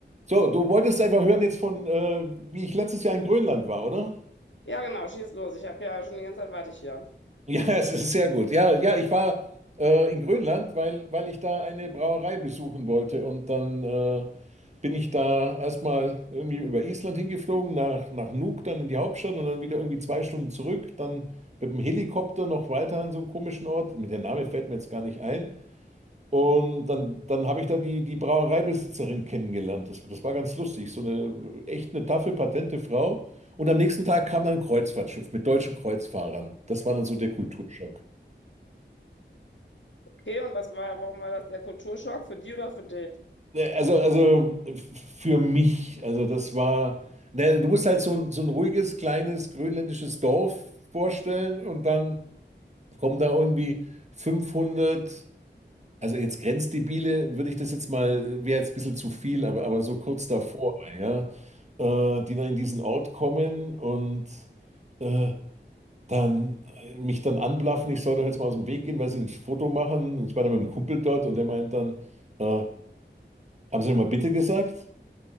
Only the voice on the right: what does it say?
So, du wolltest einfach hören jetzt von, äh, wie ich letztes Jahr in Grönland war, oder?
Ja, <laughs> es ist sehr gut. Ja, ja, ich war äh, in Grönland, weil, weil ich da eine Brauerei besuchen wollte. Und dann äh, bin ich da erstmal irgendwie über Island hingeflogen, nach, nach Nuuk, dann in die Hauptstadt und dann wieder irgendwie zwei Stunden zurück. Dann mit dem Helikopter noch weiter an so einen komischen Ort. Mit der Name fällt mir jetzt gar nicht ein. Und dann, dann habe ich da die, die Brauereibesitzerin kennengelernt. Das, das war ganz lustig. So eine echt eine taffe, patente Frau. Und am nächsten Tag kam dann ein Kreuzfahrtschiff mit deutschen Kreuzfahrern. Das war dann so der Kulturschock.
Ne, Also, also für mich, also das war, ne, du musst halt so, ein- so ein ruhiges, kleines grönländisches Dorf vorstellen und dann kommen da irgendwie 500. Also jetzt Grenzdebile würde ich das jetzt mal, wäre jetzt ein bisschen zu viel, aber, aber so kurz davor, ja, äh, die dann in diesen Ort kommen und äh, dann äh, mich dann anblaffen, ich soll doch jetzt mal aus dem Weg gehen, weil sie ein Foto machen. Und ich war dann mit einem Kumpel dort und der meint dann, äh, haben Sie mal bitte gesagt?